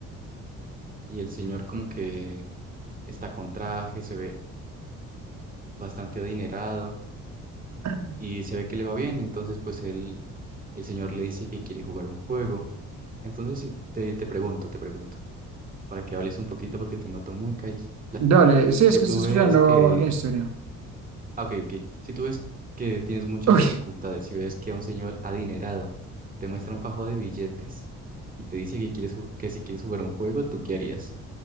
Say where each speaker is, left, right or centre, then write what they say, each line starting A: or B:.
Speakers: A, on the right; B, on the right.
A: y el señor como que está con traje, se ve bastante adinerado
B: <laughs>
A: y se ve que le va bien, entonces pues él, el señor le dice que quiere jugar un juego. Entonces si te, te pregunto, te pregunto, para que hables un poquito porque te noto muy callado.
B: Dale, sí,
A: Si
B: es que
A: tú
B: estoy escuchando
A: ves que,
B: la historia.
A: Ah, ok, ok. Si tú ves que tienes muchas
B: uy
A: dificultades, si ves que a un señor adinerado te muestra un fajo de billetes y te dice que quieres ju- que si quieres jugar un juego, ¿tú qué harías?